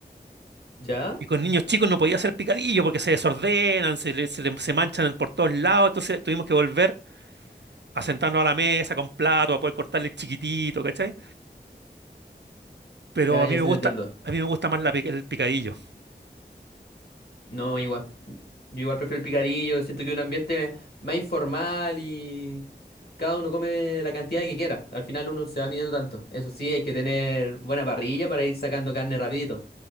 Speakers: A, on the left; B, on the right.
A: ¿Ya?
B: Y con niños chicos no podía hacer picadillo porque se desordenan, se, le- se le- se manchan por todos lados. Entonces tuvimos que volver a sentarnos a la mesa con plato, a poder cortarle chiquitito, ¿cachai? Pero
A: Ya,
B: a
A: ya,
B: mí me
A: sí
B: gusta,
A: te entiendo.
B: a mí me gusta más la pic- el picadillo.
A: No, igual. Yo igual prefiero el picadillo, siento que es un ambiente más informal y cada uno come la cantidad que quiera. Al final uno se va midiendo tanto. Eso sí, hay que tener buena parrilla para ir sacando carne rapidito.